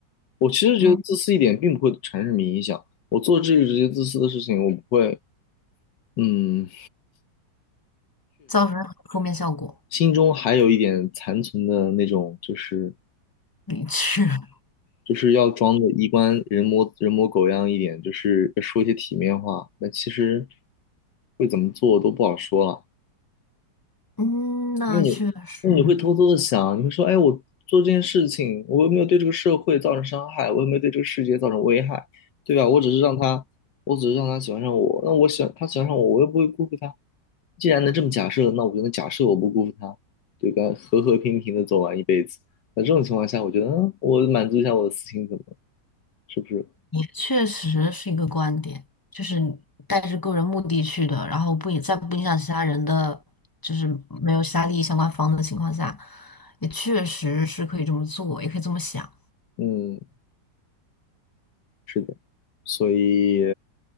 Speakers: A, on the left; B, on the left.
A: 我其实觉得自私一点并不会产生什么影响。
B: 嗯，
A: 我做这这些自私的事情，我不会，嗯，
B: 造成负面效果，
A: 心中还有一点残存的那种，就是。
B: 理智。<laughs>
A: 就是要装的衣冠人模人模狗样一点，就是说一些体面话。那其实会怎么做都不好说了，
B: 嗯，那确实，
A: 因为你，那你会偷偷的想，你会说，哎，我做这件事情，我又没有对这个社会造成伤害，我又没有对这个世界造成危害，对吧？我只是让他，我只是让他喜欢上我，那我喜欢他喜欢上我，我又不会辜负他。既然能这么假设，那我就能假设我不辜负他，对吧？和和平平的走完一辈子。那这种情况下，我觉得，嗯，我满足一下我的私心，怎么了是不是？
B: 确实是一个观点，就是你带着个人目的去的，然后不影在不影响其他人的，就是没有其他利益相关方的情况下，也确实是可以这么做，也可以这么想。
A: 嗯，是的，所以，